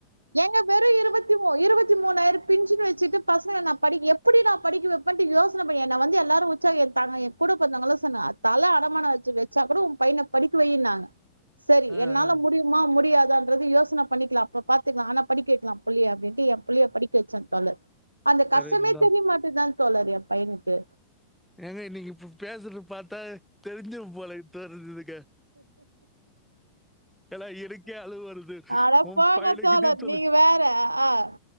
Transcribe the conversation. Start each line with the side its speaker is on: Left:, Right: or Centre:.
Right: ஏங்க வெறு இருபத்தி மூண் இருபத்தி த்தி மூணாயிரம் பின்ஷன் வெச்சிட்டு பசங்க நா படி எப்படி நான் படிக்க வைப்பேன்ட்டு யோசன பண்ணே என்ன வந்து எல்லாரும் உச்சாகேட்டாங்க என் கூட பொறந்தவங்கல சொன்னே தல அடமானம் வச்சு வெச்சா கூட உன் பையன படிக்க வைன்னாங்க செரி
Centre: ஆ, ஆ.
Right: என்னால முடியுமா முடியாது ன்றது யோசன பண்ணிக்கலா அப்பப் பாத்துக்கலா ஆனா படிக்வேக்கலா புள்ளியை அப்டின்ட்டு என் புள்ளைய படிக்க வச்சே தல அந்த
Centre: கரெக்ட்
Right: கஷ்டமே
Centre: தான்.
Right: தெரியமாட்டுது தா தோழர் என் பையனுக்கு
Centre: ஏங்க இன்னைக்கி இப்ப பேசுறது பாத்தா தெரிஞ்ச போலனட்டு தா இருக்குதுங் ஏன்னா எனக்கே அழுவ வருது.
Right: அட
Centre: உன்
Right: போங்க
Centre: பையனுகிட்டயே
Right: தோழர்
Centre: சொல்லு.
Right: நீங்க வேற ஆஹ்